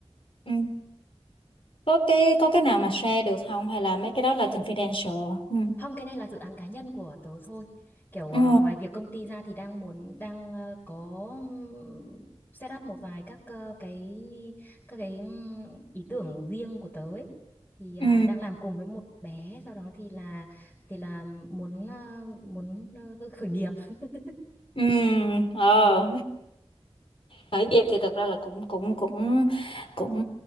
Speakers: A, on the left; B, on the left.
A: ừ. Có cái có cái nào mà share được không hay là mấy cái đó là
B: Ừ.
A: confidential ừ.
B: Không, cái này là dự án cá nhân của tớ thôi. Kiểu
A: Ừ.
B: ờ, ngoài việc công ty ra thì đang muốn đang ờ, có ừm, set up một vài các ờ, cái các cái ừm, ý tưởng riêng của tớ ấy. Thì ờ,
A: Ừ.
B: đang làm cùng với một bé sau đó thì là thì là muốn ờ, muốn ờ, khởi nghiệp. <laughs>
A: Ừ. Ờ.
B: Ừ,
A: Khởi nghiệp thì thật ra là cũng cũng cũng cũng